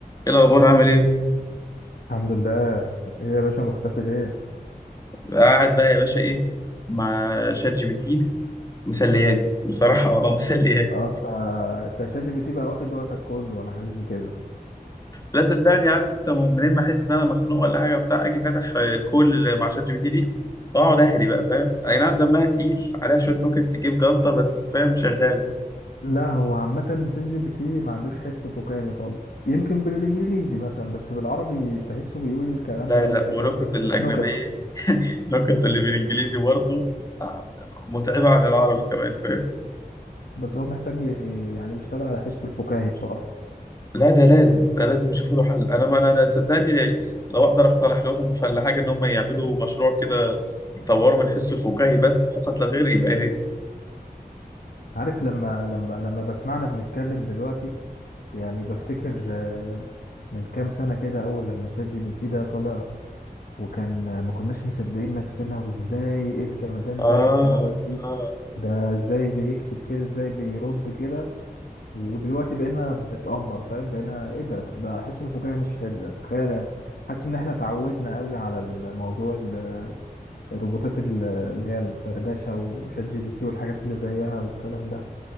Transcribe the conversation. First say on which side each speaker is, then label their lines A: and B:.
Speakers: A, on the left; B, on the left.
A: ايه الاخبار عامل ايه
B: الحمد لله ايه يا باشا مختفي ليه
A: قاعد بقى يا باشا ايه مع شات جي بي تي مسلياني بصراحه <laughs> اه مسلياني
B: اه انت انت شات جي بي تي بقى واخد وقتك كله انا حاسس بكده
A: لا صدقني عارف انت منين ما احس ان انا مخنوق ولا حاجه بتاع اجي فاتح الكول اللي مع شات جي بي تي دي واقعد اهري بقى فاهم اي نعم دمها تقيل عليها شويه نكت تجيب جلطه بس فاهم شغاله
B: لا هو عامة شات جي بي تي ما عندوش حس فكاهي خالص يمكن بالانجليزي مثلا بس بالعربي تحسه بيقول الكلام
A: لا
B: غريب
A: لا لا
B: كده
A: ونكت
B: ما- مش
A: الاجنبيه
B: نكت
A: نكت اللي بالانجليزي برضه آه، متعبه عن العربي كمان فاهم
B: بس هو محتاج ي- يعني يشتغل على حسه الفكاهي بصراحة
A: لا ده لازم ده لازم يشوفوا له حل انا ما انا أنا صدقني لو اقدر اقترح لهم فلا حاجه ان هم يعملوا مشروع كده يطوروا من حسه الفكاهي بس فقط لا غير يبقى يا ريت
B: عارف لما لما لما بسمعنا بنتكلم دلوقتي يعني بفتكر آه، من كام سنة كده أول لما شات جي بي تي ده طلع وكان ما كناش مصدقين نفسنا وازاي ايه الجمدان
A: اه
B: ده ايه الحلاوة دي
A: اه
B: ده ازاي بيكتب كده ازاي بيرد كده ودلوقتي بقينا بنتأمر فاهم بقينا ايه ده ده حس الفكاهي مش حلو يعني تخيل يعني حاسس ان احنا اتعودنا قوي على الموضوع ال- الروبوتات ال- اللي هي الدردشة وشات جي بي تي والحاجات اللي زيها والكلام ده